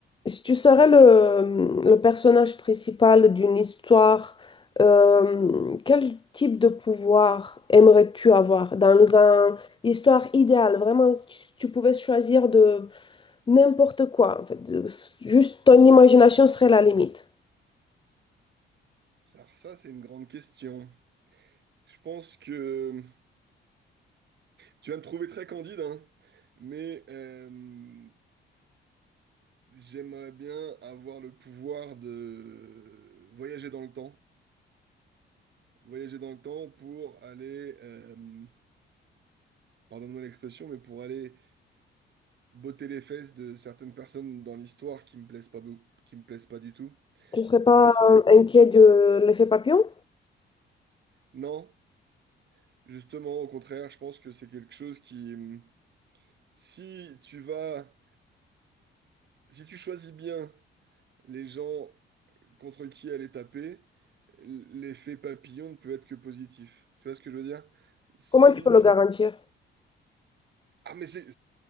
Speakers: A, on the left; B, on the right.
A: Si tu serais le, le personnage principal d'une histoire, euh, quel type de pouvoir aimerais-tu avoir dans une histoire idéale? Vraiment, si tu pouvais choisir de n'importe quoi, en fait, de- juste ton imagination serait la limite.
B: Alors ça, c'est une grande question. Je pense que tu vas me trouver très candide, hein, mais euh, j'aimerais bien avoir le pouvoir de voyager dans le temps. Voyager dans le temps pour aller, euh, pardonne-moi l'expression, mais pour aller botter les fesses de certaines personnes dans l'histoire qui me plaisent pas, beau- qui me plaisent pas du tout,
A: Tu ne serais pas
B: pour essayer.
A: euh, inquiet de l'effet papillon?
B: Non, justement, au contraire, je pense que c'est quelque chose qui, hum, si tu vas, si tu choisis bien les gens contre qui elle est tapée, l'effet papillon ne peut être que positif. Tu vois ce que je veux dire? Si
A: Comment tu peux
B: tu...
A: le garantir?
B: Ah, mais c'est...